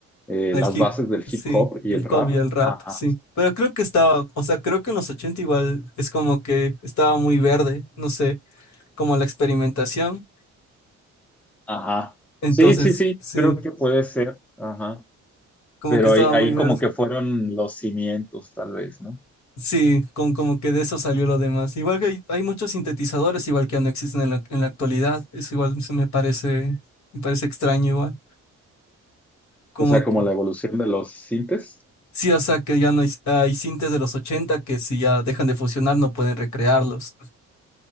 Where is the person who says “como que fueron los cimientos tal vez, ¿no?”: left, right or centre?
Centre